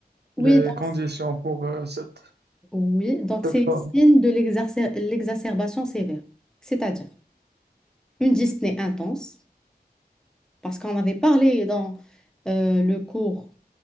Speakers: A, in the centre; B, on the right.
A: Oui,
B: les
A: donc,
B: conditions pour euh, cette,
A: oui, donc
B: cette
A: c'est le
B: forme?
A: signe de l'exacer- l'exacerbation sévère, c'est-à-dire une dyspnée intense, parce qu'on avait parlé dans euh, le cours,